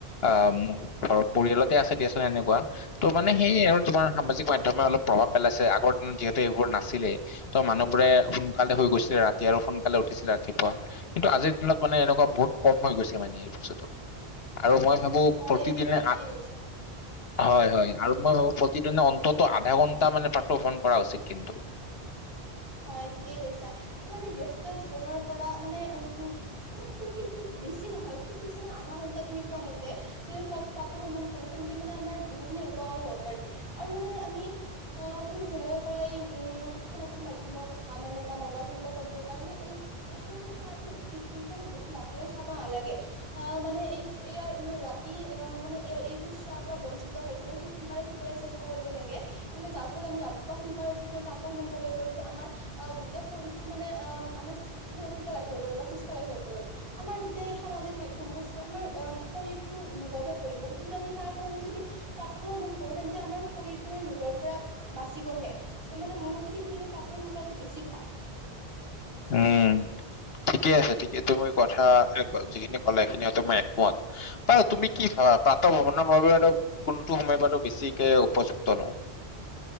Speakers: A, on the left; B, on the right.
A: আহ মোৰ ঘৰ পৰিয়ালতে আছে দিয়াচোন এনেকুৱা ত' মানে কি তোমাৰ সামাজিক মাধ্যমে অলপ প্ৰভাৱ পেলাইছে। আগৰ দিনত যিহেতু এইবোৰ নাছিলে ত মানুহবোৰে সোনকালে কৈছে ৰাতি আৰু সোনকালে উঠিছিলে। ৰাতিপুৱা কিন্তু আজিৰ দিনত মানে এনেকুৱা বহুত কম হৈ গৈছে মানে এই বস্তুুতো। আৰু মই ভাবো
B: হয়
A: প্ৰতিদিনেআঠ
B: একেবাৰে ঠিকেই কৈছা
A: হয় হয় আৰু মই ভাবো প্ৰ দিনে অন্ততৰ আধা ঘণ্টা মানে প্ৰাত্ৰ <unintelligible> কৰা উচিত কিন্তু
B: হয় ঠিকেই কৈছা মানে আমি ব্যস্ত জীৱনৰ পৰা মানে মানে খুব বেছি বেছি নহয় খুব বেছি মানে আধা ঘণ্টা তুমি কোৱা মতে যদি প্ৰাত ভ্ৰমন কৰো তে তেতিয়ামানে আমাৰ বহু খিনি উপকাৰ হ'ব পাৰে। আৰু মানে আমি অ তুমি যেনেকৈ কৰা এই উম সামাজিক মাধ্যম তোমাৰ কথা মানে বা মোবাইল ফোন বা কম্পিউটাৰ মানে এইবোৰ আমি চোৱাটো উচিত কিন্তু আমি বেছি ৰাতি চাব কব নালাগে অ মানে এই মানে ৰাতি অ মানে এইবোৰ চোৱাৰ পৰা বঞ্চিত হৈ পিনে সোনকাৰে সুকই চেষ্টা কৰিব লাগে মানে যাৰ ফলত আমি ৰাতিপুৱা সোনকালে। উঠি পিনে প্ৰাত ভ্ৰমন কৰিব পাৰো বা আমাৰ অ গোটেই শৰীৰটোক মানে অ আমাৰ। সুৰক্ষিত ৰাখিব পাৰো বা সুস্থ ৰাখিব পাৰো আমাৰ যেতিয়া এই সামাজিক মাধ্যয়ম বোৰ চাম আমাৰ শৰীৰটো ৰোগতহে পৰিব গতি যদি আমি তাৰ সৰণ যদি প্ৰাত ভ্ৰমণ কৰো তেন্তে আমাৰ শৰীৰতটো মানে লোগৰ পৰা বাচিবহে মানে মোৰ মতেদি সেয়েহে প্ৰত ভ্ৰমন কৰাটো বেছি ভাল
A: উম। ঠিকে আছে ঠিকে তুমি কথা যিখিনি ক'লে সেইখিনি হয়ো মই একোত বাৰু তুমি কি খাবা প্ৰাত ভ্ৰমণৰ মই আৰু কোনটো সময় বাৰ বেছিকে উপযুক্ত <inaudible>